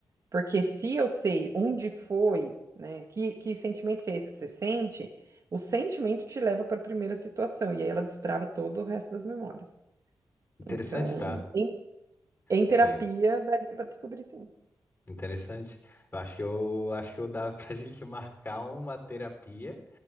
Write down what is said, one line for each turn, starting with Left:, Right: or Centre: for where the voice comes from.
Right: Porque se eu sei onde foi, né, que, que sentimento que é esse que você sente, o sentimento te leva para a primeira situação, e aí ela destrava todo o resto das memórias.
Left: Interessante,
Right: Então,
Left: tá?
Right: em, em terapia,
Left: Isso aí.
Right: daria para descobrir sim.
Left: Interessante. Eu acho que eu acho que eu dava <laughs> pra gente marcar uma terapia